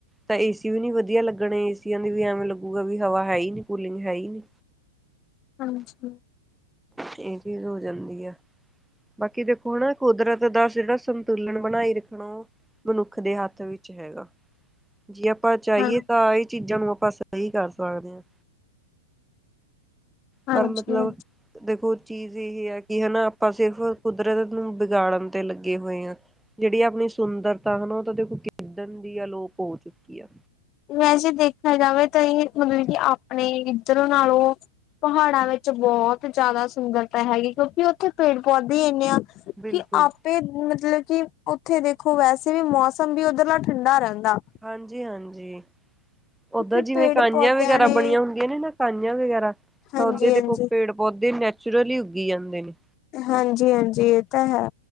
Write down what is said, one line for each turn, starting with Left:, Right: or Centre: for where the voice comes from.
Centre: ਤਾਂ ਏਸੀ ਵੀ ਨੀ ਵਧੀਆ ਲੱਗਣੇ ਏਸੀਆਂ ਦੇ ਵੀ ਐਵੇਂ ਲੱਗੂਗਾ ਵੀ ਹਵਾ ਹੈ ਹੀ ਕੂਲਿੰਗ ਹੈ ਹੀ ਨ
Left: ਹਾਂਜੀ।
Centre: ਇਹ ਚੀਜ਼ ਹੋ ਜਾਂਦੀ ਆ। ਬਾਕੀ ਦੇਖੋ ਹਨਾ ਕੁਦਰਤ ਦਾ ਜਿਹੜਾ ਸੰਤੁਲਨ ਬਣਾਈ ਰੱਖਣਾ। ਮਨੁੱਖ ਦੇ ਹੱਥ ਵਿੱਚ ਹੈਗਾ। ਜੇ ਆਪਾਂ ਚਾਹੀਏ
Left: ਹਾਂ
Centre: ਤਾਂ ਇਹ ਚੀਜ਼ਾਂ ਨੂੰ ਆਪਾਂ ਸਹੀ ਕਰ ਸਕਦੇ ਹਾਂ।
Left: ਹਾਂਜੀ
Centre: ਪਰ ਮਤਲਬ ਦੇਖੋ ਚੀਜ਼ ਇਹ ਹੈ ਕਿ ਹਨਾ ਆਪਾਂ ਸਿਰਫ ਕੁਦਰਤ ਨੂੰ ਬਗਾੜਨ ਤੇ ਲੱਗੇ ਹੋਏ ਆ। ਜਿਹੜੀ ਆਪਣੀ ਸੁੰਦਰਤਾ ਹਨਾ ਉਹ ਤਾਂ ਦੇਖੋ ਕਿਦਨ ਦੀ ਅਲੋਪ ਹੋ ਚੁੱਕੀ ਆ।
Left: ਵੈਸੇ ਦੇਖਿਆ ਜਾਵੇ ਤਾਂ ਹੀ ਮਤਲਬ ਕਿ ਆਪਣੇ ਇੱਧਰੋਂ ਨਾਲੋਂ ਪਹਾੜਾਂ ਵਿੱਚ ਬਹੁਤ ਜ਼ਿਆਦਾ ਸੁੰਦਰਤਾ ਹੈਗੀ ਕਿਉਂਕਿ ਉੱਥੇ ਪੇੜ ਪੌਦੇੇ ਇੰਨੇ ਆ।
Centre: ਬਿਲਕੁਲ
Left: ਤੇ ਮਤਲਬ ਕਿ ਉੱਥੇ ਦੇਖੋ ਵੈਸੇ ਵੀ ਮੌਸਮ ਵੀ ਉੱਧਰਲਾ ਠੰਡਾ ਰਹਿੰਦਾ।
Centre: ਹਾਂਜੀ-ਹਾਂਜੀ
Left: ਕਿਉਂਕਿ
Centre: ਓਧਰ ਜਿਵੇਂ
Left: ਪੇੜ
Centre: ਕਾਹੀਆਂ
Left: ਪੌਦਿਆਂ
Centre: ਵਗੈਰਾ
Left: ਨੇ
Centre: ਬਣੀਆਂ ਹੁੰਦੀਆਂ ਨੇ ਨਾ ਕਾਹੀਆਂ ਵਗੈਰਾ
Left: ਹਾਂਜੀ
Centre: ਤਾਂ ਉਹਦੇ ਦੇ
Left: ਹਾਂਜੀ
Centre: ਕੋਲ ਪੇੜ ਪੌਦੇ ਨੈਚੁਰਲੀ ਉੱਗੀ ਜਾਂਦੇ ਨੇ।
Left: ਹਾਂਜੀ- ਹਾਂਜੀ ਇਹ ਤੇ ਹੈ।